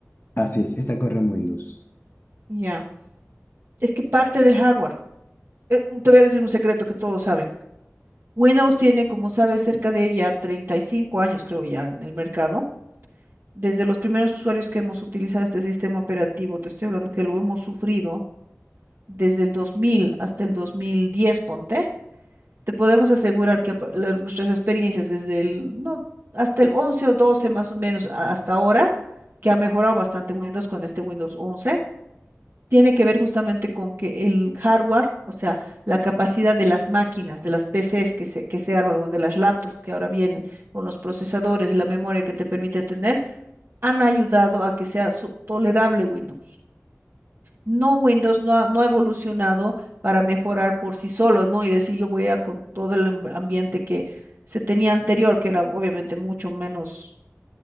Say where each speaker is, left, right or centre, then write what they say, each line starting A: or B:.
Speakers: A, on the left (about 45°); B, on the right (about 50°).
A: Así es, esta corre en Windows.
B: Ya. Es que parte del hardware. eh, te voy a decir un secreto que todos saben. Windows tiene, como sabes, cerca de ya 35 años, creo ya, en el mercado. Desde los primeros usuarios que hemos utilizado este sistema operativo, te estoy hablando que lo hemos sufrido desde el 2000 hasta el 2010, ponte, te podemos asegurar que apa- la- nuestras experiencias desde el, no, hasta el 11 o 12 más o menos a- hasta ahora, que ha mejorado bastante Windows con este Windows 11, tiene que ver justamente con que el hardware, o sea, la capacidad de las máquinas, de las PCs que se, que se arman o de las laptops que ahora vienen con los procesadores y la memoria que te permite tener, han ayudado a que sea su- tolerable Windows. No, Windows no ha, no ha evolucionado para mejorar por sí solo, ¿no? Y decir yo voy a con todo el amb- ambiente que se tenía anterior, que era obviamente mucho menos,